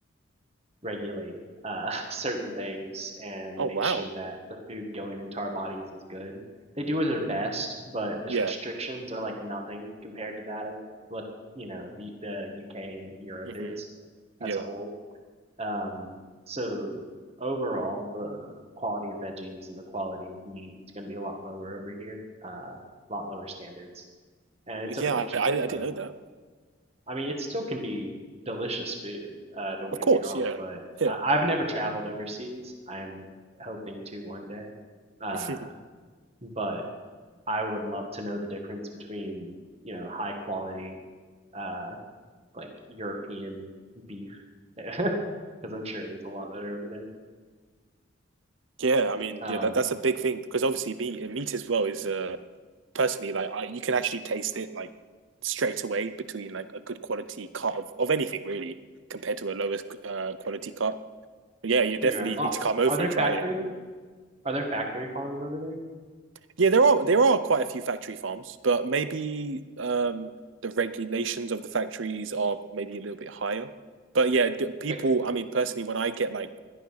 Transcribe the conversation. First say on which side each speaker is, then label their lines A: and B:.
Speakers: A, on the right (about 30°); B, on the right (about 70°).
A: regulate uh <laughs> certain things and
B: Oh wow.
A: make sure that the food going into our bodies is good they do their best but the
B: Yeah.
A: restrictions are like nothing compared to that of what you know the the UK and Europe
B: hmm
A: is
B: Yeah.
A: as a whole um, so overall, the quality of veggies and the quality of meat is going to be a lot lower over here, uh, a lot lower standards, and it's
B: Yeah,
A: unfortunate.
B: I, I I didn't
A: But
B: know that.
A: I mean, it still can be delicious food. Uh, don't
B: Of
A: get
B: course,
A: me wrong,
B: yeah,
A: but
B: yeah,
A: I- I've never traveled overseas. I'm hoping to one day. Uh,
B: <laughs>
A: but I would love to know the difference between, you know, high quality, uh, like European beef, <laughs> because I'm sure it is a lot better over there.
B: yeah. I mean,
A: Um,
B: yeah, that that's a big thing because obviously meat meat as well is uh personally like I, you can actually taste it like straight away between like a good quality cut of of anything really compared to a lowest uh, quality cut. Yeah, you definitely
A: Yeah. lo-
B: need to come over
A: Are there
B: and try
A: factory
B: it.
A: are there factory farms over there?
B: Yeah, there are there are quite a few factory farms, but maybe um the regulations of the factories are maybe a little bit higher. But yeah, d- people.
A: Like
B: I mean, personally, when I get like